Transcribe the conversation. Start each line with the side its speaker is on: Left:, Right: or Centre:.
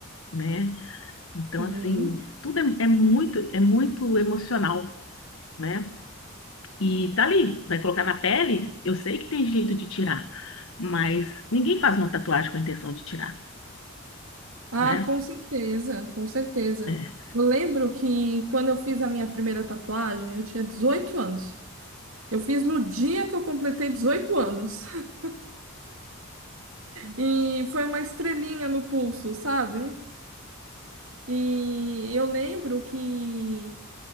Left: né? Então,
Right: sim.
Left: assim, tudo é, é muito, é muito emocional, né? E tá ali, vai colocar na pele, eu sei que tem jeito de tirar, mas ninguém faz uma tatuagem com a intenção de tirar,
Right: Ah,
Left: né?
Right: com certeza, com certeza.
Left: É.
Right: Eu lembro que quando eu fiz a minha primeira tatuagem, eu tinha 18 anos. Eu fiz no dia que eu completei 18 anos. <laughs> E foi uma estrelinha no pulso, sabe? E eu lembro que